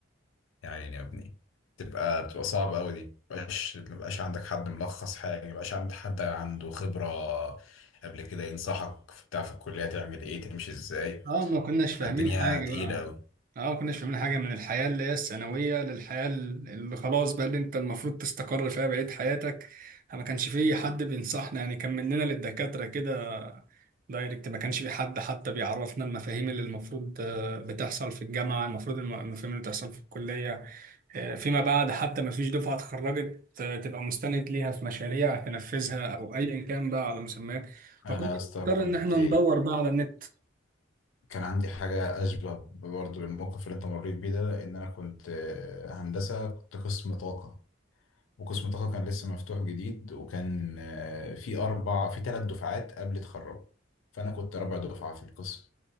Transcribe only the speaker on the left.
يا عيني يا ابني تبقى بتبقى صعبة أوي دي مبقاش مبقاش عندك حد ملخص حاجة مبقاش عندك حد عنده خبرة قبل كده ينصحك في بتاع في الكلية تعمل إيه تمشي إزاي
تبقى
الدنيا
تقيلة
أوي
أنا يا اسطى
كنت
كان عندي حاجة أشبه برضه بالموقف اللي أنت مريت بيه ده إن أنا كنت هندسة كنت قسم طاقة وقسم طاقة كان لسه مفتوح جديد وكان آه، في أربع في ثلاث دفعات قبل تخرجوا فأنا كنت رابع دفعة في القسم